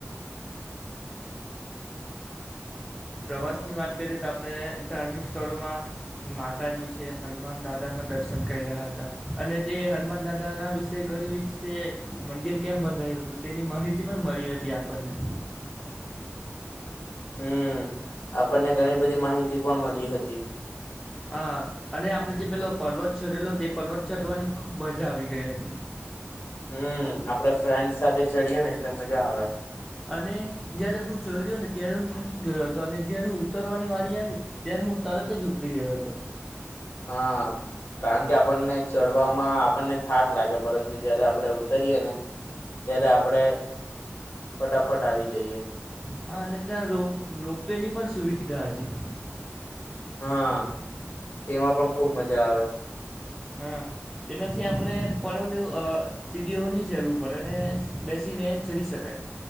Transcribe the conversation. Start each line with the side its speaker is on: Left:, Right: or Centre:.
Centre: પ્રવાસની વાત કરીએ તો આપણે ધાર્મિક સ્થળોમાં માતાજી છે હનુમાન દાદાના દર્શન કરી રહા હતા અને તે હનુમાન દાદાના વિશે ઘણી વિશે મંદિર કેમ બંધયું હતું તેની માહિતી પણ મળી હતી આપણને.
Left: હમ આપણને ઘણી બધી માહિતી પણ મળી હતી.
Centre: હા અને આપડણે જે પેલો પર્વત ચોડેલો તે પર્વત ચઢવાની ખૂબ મજા આવી ગઈ હતી.
Left: હમ આપડે ફ્રેન્ડસ સાથે ચડીએે ને એટલે મજા આવે.
Centre: અને જય્યારે હું ચોર્યો ને ત્યારે હું થાકી ગયો હતો અને જય્યારે હું ઉતરવાની વારી આવી ત્યારે હું તરત જ ઉતરી ગયો હતો.
Left: હા કારણ કે આપણને ચડવામાં આપણને થાક લાગે પરંતુ જયારે આપણે ઉતરીએ ને ત્યારે આપડે ફટાફટ આવી જઈએ.
Centre: હા અને ત્યાં રો રોપવે ની પણ સુવિધા હતી.
Left: હા તેમાં પણ ખુબ મજા આવે.
Centre: હા એનાથી આપણે પર્વત સીડીઓની જરૂર પડે અને બેસીને ચડી શકાય.